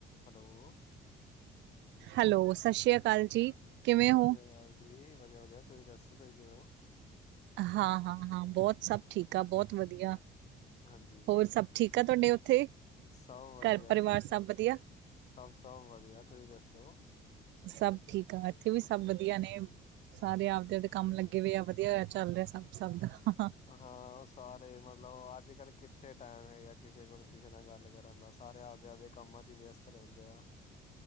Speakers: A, on the left; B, on the right.
A: Hello!
B: Hello! ਸਤਿ ਸ਼੍ਰੀ ਆ ਕਾਲ ਜੀ। ਕਿਵੇਂ
A: ਸਤਿ
B: ਹੋ?
A: ਸ੍ਰੀ ਅਕਾਲ ਜੀ! ਵਧੀਆ-ਵਧੀਆ ਤੁਸੀ ਦੱਸੋ, ਤੁਸੀ ਕਿਵੇਂ ਹੋ?
B: ਹਾਂ-ਹਾਂ-ਹਾਂ! ਬਹੁਤ ਸਭ ਠੀਕ ਆ, ਬਹੁਤ ਵਧੀਆ
A: ਹਾਂਜੀ,
B: ਹੋਰ ਸਭ ਠੀਕ ਆ ਤੁਹਾਡੇ ਉੱਥੇ?
A: ਸਭ ਵਧੀਆ
B: ਘਰ ਪਰਿਵਾਰ
A: ਜੀ
B: ਸਭ ਵਧੀਆ?
A: ਸਭ ਸਭ ਵਧੀਆ ਤੁਸੀਂ ਦੱਸੋ।
B: ਸਭ ਠੀਕ ਆ ਇੱਥੇ ਵੀ ਸਭ ਵਧੀਆ ਨੇ ਸਾਰੇ ਆਪਦੇ ਆਪਦੇ ਕੰਮ ਲੱਗੇ ਹੋਏ ਆ ਵਧੀਆ ਹੋਇਆ ਚੱਲ ਰਿਹਾ ਸਭ ਸਭ ਦਾ
A: ਹਾਂ ਉਹ ਸਾਰੇ ਮਤਲਬ ਅੱਜ ਕੱਲ੍ਹ ਕਿੱਥੇ ਟਾਈਮ ਹੈਗਾ ਕਿਸੇ ਕੋਲ ਕਿਸੇ ਨਾਲ ਗੱਲ ਕਰਨ ਦਾ ਸਾਰੇ ਆਪਦੇ ਆਪਦੇ ਕੰਮਾਂ'ਚ ਵਿਅਸਤ ਰਹਿੰਦੇ ਆ।